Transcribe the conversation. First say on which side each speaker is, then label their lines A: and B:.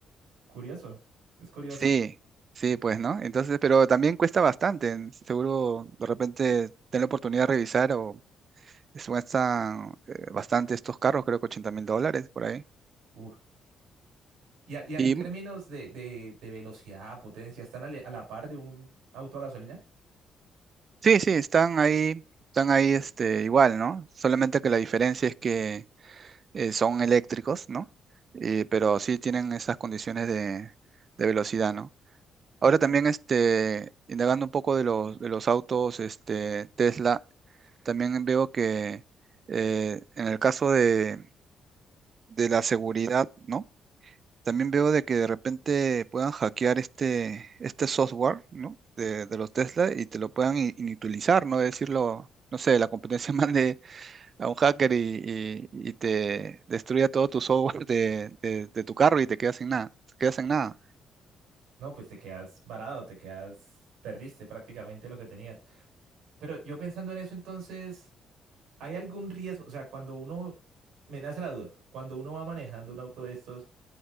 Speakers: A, on the right; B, on the right.
A: Curioso, es curioso.
B: Sí, sí, pues, ¿no? Entonces, pero también cuesta bastante. Seguro de repente ten la oportunidad de revisar o es- cuestan eh, bastante estos carros, creo que ochenta mil dólares por ahí.
A: Uf. Y, a- y en
B: Y
A: términos de, de, de velocidad, potencia, ¿están a la a la par de un auto a gasolina?
B: sí, sí, están ahí, están ahí este, igual, ¿no? Solamente que la diferencia es que eh, son eléctricos, ¿no? Y- pero sí tienen esas condiciones de, de velocidad, ¿no? Ahora también, este, indagando un poco de los, de los autos, este, Tesla. También veo que eh, en el caso de, de la seguridad, ¿no? También veo de que de repente puedan hackear este, este software, ¿no? De, de los Tesla y te lo puedan i- inutilizar, ¿no? Decirlo, no sé, la competencia <laughs> mande a un hacker y, y- y te destruya todo tu software de, de- de tu carro y te quedas sin nada, te quedas sin nada.
A: No, pues te quedas varado, te quedas, perdiste prácticamente lo que tenías. Pero yo pensando en eso, entonces, ¿hay algún riesgo? O sea, cuando uno, me nace la duda, cuando uno va manejando un auto de estos,